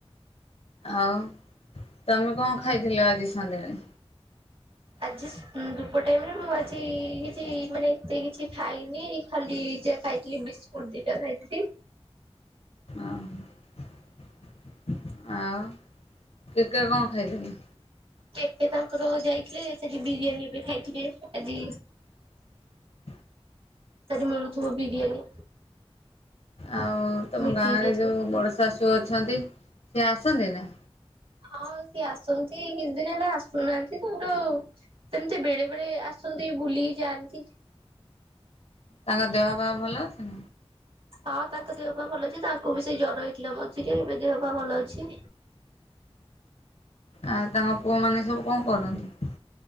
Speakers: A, on the left; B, on the right.
A: ଆଉ ତମେ କଣ ଖାଇଥିଲ ଆଜି ସଂନ୍ଧ୍ୟାବେଳେ?
B: ଆଜି <inaudible> ଧୂପ ଟାଇମରେ ମୁଁ ଆଜି କିଛି ମାନେ ଏତେ କିଛି ଖାଇନି। ଖାଲି ଯା ଖାଇ କି ବିସ୍କୁଟ ଦିଟା ଖାଇଥିଲି।
A: ଆଉ, ଆଉ ଟିକେ କଣ ଖାଇଲ?
B: କେକେ ତାଙ୍କର ଯାଇଥିଲି। ସେଠି ବିରିୟାନୀ ବି ଖାଇଥିବେ। ଆଜି
A: <unintelligible>
B: ଆଜି ମନଥିବ ବିରିୟାନୀ।
A: ଆଉ ତମ
B: ମିଟିଂ
A: ଗାଁରେ
B: ଯାଇଥିଲେ।
A: ଯଉ ବଡ଼ ଶାଶୁ ଅଛନ୍ତି, ସିଏ ଆସନ୍ତିନି?
B: ହଁ ସିଏ ଆସନ୍ତି। କିଛି ଦିନ ହେଲା ଆସୁନାହାନ୍ତି। କିନ୍ତୁ ସେମିତି ବେଳେ ବେଳେ ଆସନ୍ତି, ବୁଲିକି ଯାଆନ୍ତି।
A: ତାଙ୍କ ଦେହ ପାଆ ଭଲ ଅଛି?
B: ହଁ ତାଙ୍କ ଦେହ ପାଆ ଭଲ ଅଛି। ତାଙ୍କୁ ବି ସେଇ ଜ୍ୱର ହେଇଥିଲା ମଝିରେ ଏବେ ଦେହ ପାଆ ଭଲ ଅଛି।
A: ଆଉ ତମ ପୁଅ ମାନେ ସବୁ କଣ କରଛନ୍ତି?